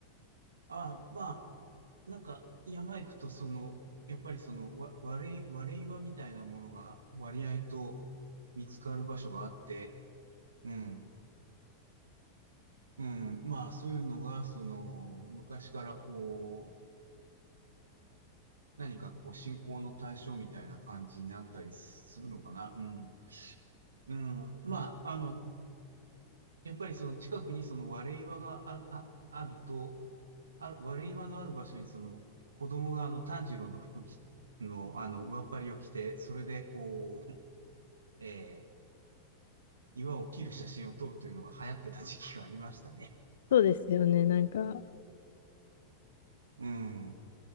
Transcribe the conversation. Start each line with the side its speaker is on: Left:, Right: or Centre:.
Right: ああまあ、なんか、山行くと、その、やっぱりその、わ、割れ、割れ岩みたいなものが割合と見つかる場所があって、うん。うん、まあそういうのが、その、昔からこう、何かこう信仰の対象みたいな感じになったりするのかな。うん。うん。まあ、あの、やっぱりその近くにその割れ岩があ、あ、あると、ある、割れ岩のある場所にその子供があの炭治郎の服着の、あの、上っ張りを着て、それでこう、<laughs> えー岩を切る写真を撮るというのが流行ってた時期がありましたね。
Left: そうですよね。なんか、
Right: うん。